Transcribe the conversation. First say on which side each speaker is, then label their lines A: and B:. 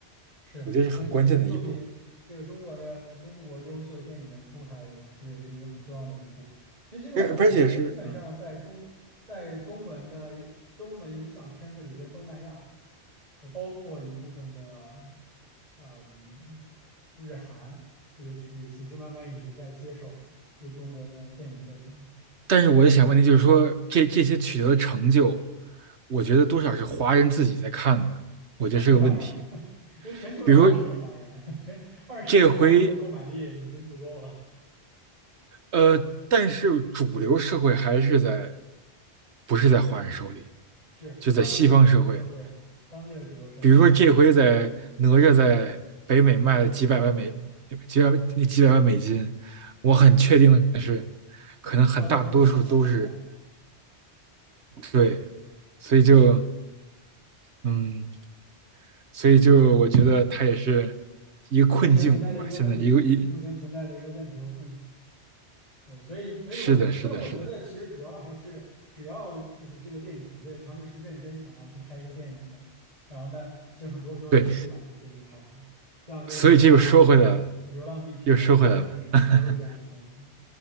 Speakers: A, on the right (about 35°); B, on the right (about 80°).
A: 是我们这个作品，
B: 我觉得是很关键的一步，
A: 这个中国的中国优秀电影的出海也其实是一个很重要的一步。其实现在我感觉基本上在中在中文的中文影响圈子里边，
B: 而而且是嗯。
A: 东南亚。呃包括一部分的，嗯，日韩这个区域，其实慢慢已经在接受就中国的电影作品
B: 但是我也想问题就是说，这这些取得的成就，我觉得多少是华人自己在看的，我觉得是个问题。
A: 啊。那当然，<laughs> 因为全球有二十亿华人，
B: 比如说
A: <laughs> 全二十亿的华人的购买力已经足够了。
B: 这回呃，但是主流社会还是在，不是在华人手里，
A: 是当地的主流社会，
B: 就在西方社会里。
A: 当地的主流社会还不是华人，
B: 比如说这回在哪吒在北美卖了几百万美几百几百万美金，我很确定的是，可能很大多数都是
A: 大多数都是华人看的。
B: 对，所以就嗯，所以就我觉得它也是一个困境吧。
A: 目前存在的一个问题吧，
B: 现在一个一
A: 目前存在的一个问题和困境。对，所以，所以我，
B: 是的，是的，
A: 但我觉得其实主要还是，
B: 是的，
A: 只要就是这个电影团队他们是认真想要去拍一个电影的，然后呢，其实很多时候是可以把这个电影拍好，
B: 对，
A: 像这个哪吒、
B: 所以这又说回来了，
A: 流浪地球、
B: 又说回来了，
A: 爱乐之城都是这样的片子。
B: <laughs>